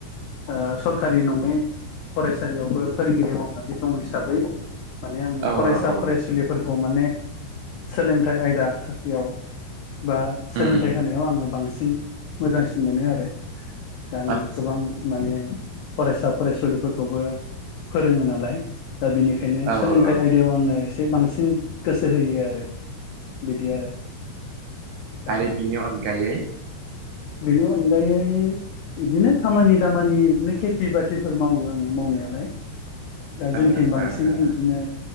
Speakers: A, on the left; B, on the right.
A: ओ सरखारि नङै फरायसालियावबो फोरोंगिरि मावनानै दं हिसाबै माने आङो
B: औ
A: फरायसा
B: औ औ
A: फरायसुलिफोरखौ माने सोलोंथाइ आयदा बेयाव बा सोलोंथाइ
B: उम उम
A: होनायाव आङो बांसिन <unintelligible> मोजांसिन मोनो आरो दा आं
B: आतसा
A: गोबां
B: आतसा आतसा
A: माने फरायसा फरायसुलिफोरखौबो फोरोङो नालाय। दा बिनिखायनो
B: औ
A: सोलोंथाइ
B: औ
A: आयदायाव आङो इसे बांसिन गोसो होयो आरो बिदि आरो
B: <inaudible>
A: दा
B: आरो बिनि अनगायै
A: बेनि अनगायै बिदिनो खामानि दामानि ओरैनो खेथि बाथिफोर मावो आङो मावनायालाय। दा जोंथिं
B: ओ
A: बांसिन
B: ओ ओ
A: इदिनो